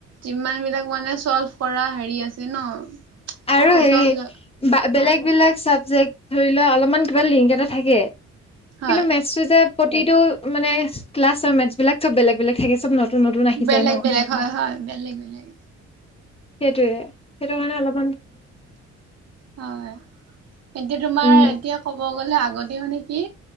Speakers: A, on the right; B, on the left.
A: যিমান বিলাক মানে চল্ভ কৰা হেৰি আছে ন।
B: আৰু
A: সূত্ৰবিলাক
B: হেৰি বা বেলেগ এইবিলাক চাবজেক্ট ধৰি লোৱা অলপমান কিবা লিংক এটা থাকে,
A: হয়
B: কিন্তু মেথছটো যে প্ৰতিটো মানে ক্লাছ আৰু মেথছ বিলাক চব বেলেগ বেলেগ থাকে চব ন নতুন নতুন আহি
A: বেলেগ
B: যায়
A: বেলেগ হয় হয় বেলেগ বেলেগ।
B: সেইটোৱে সেইটো কাৰণে অলপ
A: হয়, এতিয়া তোমাৰ
B: উম
A: এতিয়া ক'ব গ'লে আগ আগতে মানে কি